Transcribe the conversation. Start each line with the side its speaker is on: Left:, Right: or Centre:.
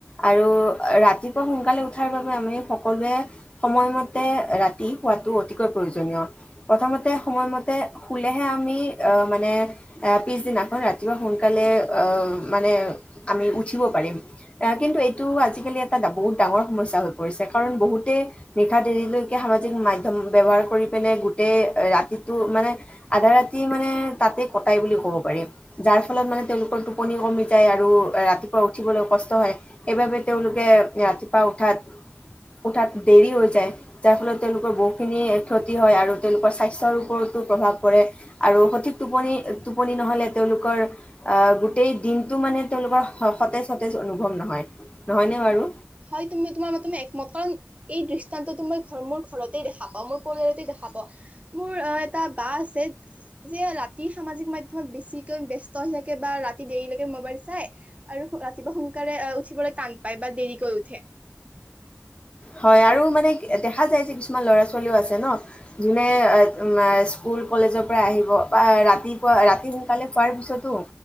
Left: আৰু ৰাতিপুৱা সোনকালে উঠাৰ বাবে আমি সকলোৱে সময়মতে ৰাতি শোৱাটো অতিকৈ প্ৰয়োজনীয় প্ৰথমতে সময়মতে শুলেহে আমি মানে এ পিছদিনাখন ৰাতিপুৱা সোনকালে মানে আমি উঠিব পাৰিম কিন্তু এইটো আজিকালি এটা বহুত ডাঙৰ সমস্যা হৈ পৰিছে কাৰণ বহুতেই নিশা দেৰিলৈকে সামাজিক মাধ্যম ব্যৱহাৰ কৰি পিনে গোটেই ৰাতিটো মানে আধা ৰাতি মানে তাতেই কটাই বুলি কওঁ। পাৰিম যাৰ ফলত মানে তেওঁলোকৰ টোপনি কমি যায় আৰু ৰাতিপুৱা উঠিবলৈ কষ্ট হয় সেইবাবে তেওঁলোকে ৰাতিপুৱা উঠাত উঠাত দেৰি হৈ যায় যাৰ ফলত তেওঁলোকৰ বহুখিন ক্ষতি হয় আৰু তেওঁলোকৰ স্বাস্থৰ ওপৰতো প্ৰভাৱ পৰে আৰু সঠিক টোপনি টোপনি নহলে তেওঁলোকৰ আহ গোটেই দিনটো মানে তেওঁলোকৰ সতেজ সতেজ অনুভৱ নহয়। নহয়নে বাৰু
Right: হয় তুমি তোমাৰ মতে তুমি একমত কাৰণ এই দৃষ্টান্তটো মই ঘৰ মোৰ ঘৰতেই দেখা পাওঁ মোৰ পৰিয়ালতেই দেখা পাওঁ মোৰ অ এটা বা আছে যে ৰাতি সামাজিক মাধ্যমত বেছিকৈ ব্যস্ত হৈ থাকে বা ৰাতি দেৰিলৈকে মোবাইল চাই আৰু ৰাতিপুৱা সোনকালে আহ উঠিবলৈ তান পাই বা দেৰিকৈ উঠে
Left: হয় আৰু মানে দেখা যায় যে কিছুমান ল'ৰা ছোৱালীও আছে ন যোনে স্কুল কলেজৰ পৰা আহিব বা ৰাতিপুৱা ৰাতি সোনকালে খোৱাৰ পিছতো